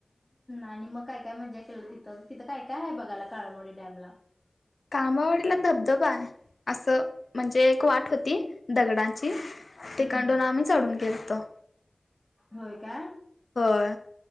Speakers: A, on the left; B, on the left.
A: आणि मग काय काय मज्जा केला तिथं तिथं काय काय आहे बघायला काळमवाडी डॅम ला
B: कामावडीला धबधबाय असं म्हणजे एक वाट होती दगडांची
A: हम्म
B: तिकंडून आम्ही चढून घेलतो
A: होय काय
B: होय